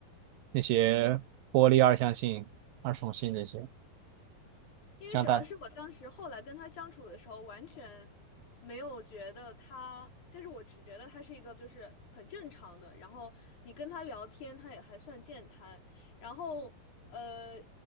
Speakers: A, on the right; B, on the left.
A: 那些玻璃二象性、二重性这些
B: 因为主要是我当时后来跟他相处的时候，
A: 像带。
B: 完全没有觉得他，就是我只觉得他是一个就是很正常的，然后你跟他聊天，他也还算健谈，然后呃